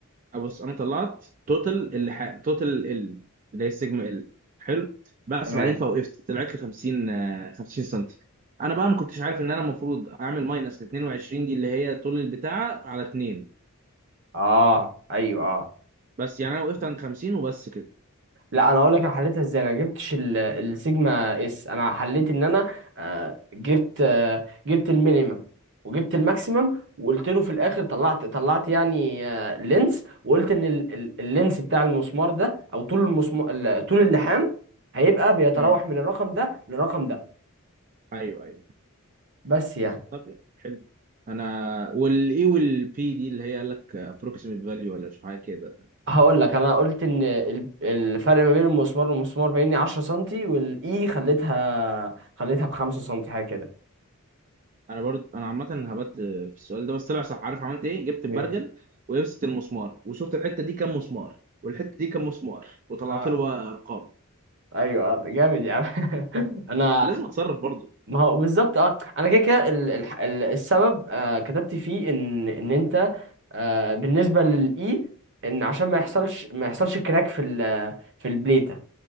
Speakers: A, on the right; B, on the right.
A: بص انا طلعت توتال اللي ح... توتال ال اللي هي السيجما ال حلو بس
B: تمام
A: بعدين فوقفت طلعت ل 50 آه، 50 سم انا بقى ما كنتش عارف ان انا المفروض اعمل ماينس ل 22 دي اللي هي طول البتاعه على 2
B: اه ايوه اه
A: بس يعني انا وقفت عند 50 وبس كده
B: لا انا اقول لك انا حليتها ازاي انا جبتش ال- السيجما اس انا حليت ان انا آه، جبت آه، جبت المينيمم وجبت الماكسيمم وقلت له في الاخر طلعت طلعت يعني آه، لينس وقلت ان ال- ال- اللينس بتاع المسمار ده او طول المسمار ال- طول اللحام هيبقى بيتراوح
A: امم
B: من الرقم ده للرقم ده
A: ايوه ايوه
B: بس يعني
A: طب حلو انا والاي والبي دي اللي هي قال لك ابروكسيميت فاليو ولا مش حاجه كده
B: هقول لك انا قلت ان ال- الفرق ما بين المسمار والمسمار بيني 10 سنتي والاي خليتها خليتها ب 5 سنتي حاجه كده
A: انا برضه انا عامه هبت في السؤال ده بس طلع صح عارف عملت ايه جبت البرجل
B: ايه
A: ولبست المسمار وشفت الحته دي كام مسمار والحته دي كام مسمار وطلعت
B: اه
A: له بقى ارقام
B: ايوه آه، جامد يا عم <laughs> انا
A: لازم اتصرف برضه
B: ما هو بالظبط اه انا كده كده ال- الح- ال- السبب آه كتبت فيه ان ان انت آه بالنسبه للاي ان عشان ما يحصلش ما يحصلش كراك في ال- في البليته